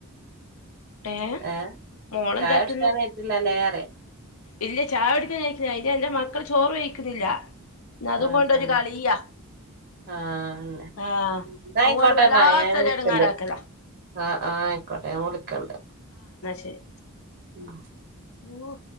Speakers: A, on the left (about 65°); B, on the right (about 45°).
A: ഏഹ്
B: ഏ
A: മോളെന്താക്ക്ന്ന്
B: ചായകുടിക്കാനായിട്ടില്ലല്ലേ പറയ
A: ഇല്ല ചായുടിക്കാനായിട്ടില്ല അയിനെന്റെ മക്കള് ചോറ് വയിക്കുന്നില്ല അതും
B: ആഹ്
A: കൊണ്ടൊരു
B: ആഹ്
A: കളിയാ
B: ആഹ്
A: ആഹ്
B: എന്നായിക്കോട്ടെന്നാ
A: അതുകൊണ്ട് വല്ലാത്തൊരു
B: ഞാൻ വിളിച്ചുണ്ട്
A: എടങ്ങേറാക്കലാ
B: ആഹ്-ആഹ് ആയിക്കോട്ടെ ഞാൻ വിളിക്കണ്ട്
A: ശെരി
B: ഉംഹ്
A: ഓഹ്